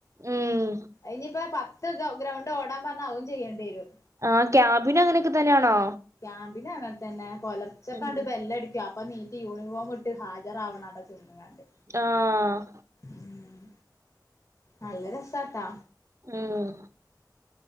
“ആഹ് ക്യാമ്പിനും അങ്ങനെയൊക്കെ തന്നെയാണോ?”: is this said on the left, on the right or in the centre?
Right